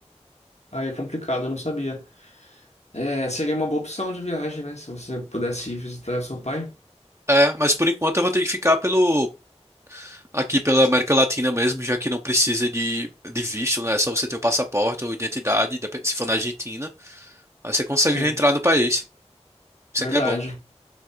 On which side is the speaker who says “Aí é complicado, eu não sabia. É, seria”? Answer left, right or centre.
Left